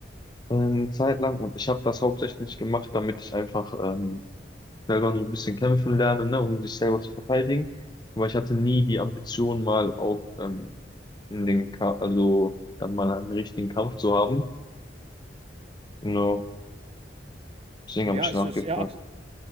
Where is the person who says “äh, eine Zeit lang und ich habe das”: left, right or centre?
Left